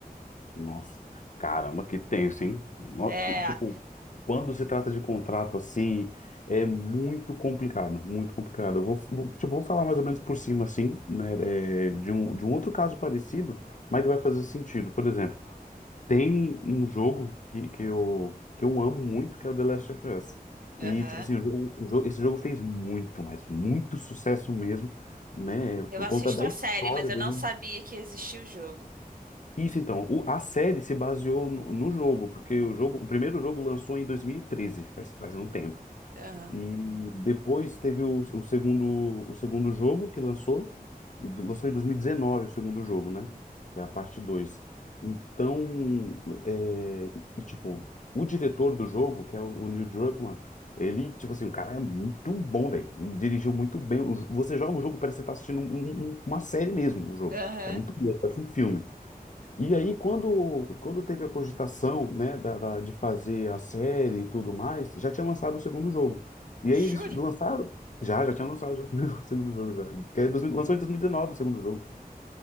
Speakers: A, on the left; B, on the right.
A: Nossa, caramba, que tenso, hein? No-
B: É,
A: e, Tipo, quando se trata de contrato assim, é muito complicado, muito complicado. Eu vou, vou- tipo, vou falar mais ou menos por cima, assim, né, é, de um, de um outro caso parecido, mas que vai fazer sentido. Por exemplo, tem um jogo que, que eu, que eu amo muito, que é o The Last of Us.
B: aham.
A: E, tipo assim, o jogo, o jogo- esse jogo fez muito, mas muito sucesso mesmo, né, por
B: Eu assisto
A: conta da
B: a
A: história
B: série, mas eu
A: dele.
B: não sabia que existia o jogo.
A: Isso então, o- a série se baseou no, no jogo, porque o jogo, o primeiro jogo lançou em 2013, faz, faz um tempo.
B: Aham,
A: E depois teve o, o segundo, o segundo jogo que lançou, lançou em 2019 o segundo jogo, né? Que é a parte dois Então, é, e, tipo, o diretor do jogo, que é o, o Neil Druckmann, ele, tipo assim, o cara é muito bom, velho. Ele dirigiu muito bem. O- você joga o jogo, parece que você tá assistindo um- um- uma série mesmo, o jogo.
B: aham.
A: É muito bom, parece um filme. E aí, quando, quando teve a cogitação, né, da, da- de fazer a série e tudo mais, já tinha lançado o segundo jogo. E
B: Juro?
A: aí eles lançaram? Já, já tinha lançado o primeiro- <laughs> o segundo jogo. Já. Que é 2000 lançou em 2019 o segundo jogo.